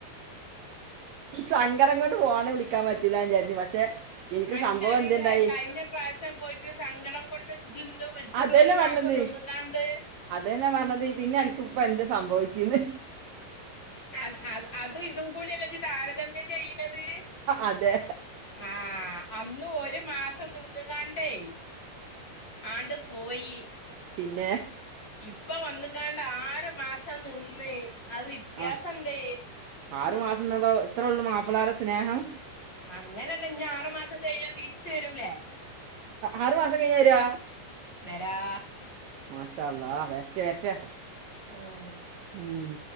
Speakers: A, on the right; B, on the left.
A: സങ്കടം കൊണ്ട് പോണ വിളിക്കാൻ പറ്റില്ല വിചാരിച്ച് പക്ഷെ എനിക്ക്
B: അൻക്കറീലേ
A: സംഭവം എന്തുണ്ടായി
B: കഴിഞ്ഞ പ്രാവശ്യം പോയിട്ട് സങ്കടം കൊണ്ട് ഇജ്ജ് ഇന്നേ വിളിച്ചിട്ട്
A: അതന്നെ
B: ഒരു
A: പറഞ്ഞത്
B: മാസം നിന്ന്കാണ്ട്
A: അതന്നെ പറഞ്ഞത് പിന്നെ അനക് ഇപ്പോ എന്ത് സംഭവിച്ച്ന്ന്
B: അത് അത് അതും ഇതും കൂടിയല്ലേ ഇജ്ജ് താരതമ്യം ചെയ്യുന്നത്
A: അതെ
B: ആ അന്ന് ഒരു മാസം നിന്ന കാണ്ടേ ആണ്ട് പോയി
A: പിന്നെ
B: ഇപ്പൊ വന്ന് കാണ്ട് ആറ് മാസം നിന്ന് അത് വ്യത്യാസണ്ട്
A: ആ ആറു മാസം നിന്നപ്പോ ഇത്രോള്ളു മപ്പളാരെ സ്നേഹം
B: അങ്ങനെല്ല ഇഞ് ആറു മാസം കഴിഞ്ഞാ തിരിച്ച് വരൂലേ
A: ആറ് മാസം കഴിഞ്ഞ വരോ
B: വരാ
A: മാഷാഅല്ലാഹ്‌ വരട്ടെ
B: ആഹ
A: ഉം